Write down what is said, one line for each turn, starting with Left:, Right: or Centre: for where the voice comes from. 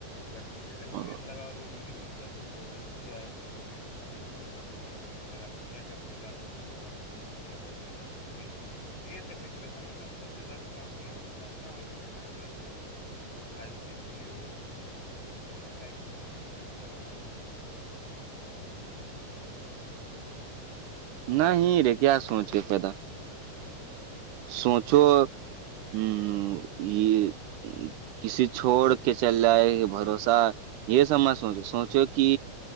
Left: اگر کسی سے امید
Right: او،
Left: لگا اور وہ امید مطلب ٹوٹ جائے تو وہ بھی مطلب امید لگا تھا کیا کیا سوچا تھاو کچھ نہیں کیا فلان ڈان کچھ بھی یہی سب ڈپریشن ہوتا ہے مطلب جیادہ سوچنا سوچنا وہی ڈپریشن ہوتا ہے تو آئی تھنک یو مجھے لگتا ہے کہ تم سوچتے ہو بہت
Right: نہیں رے کیا سوچ کے پیدا سوچو ہوں یہ کسی چھوڑ کے چل جائے گ بھروسہ یہ سبمج سوچو سوچو کہ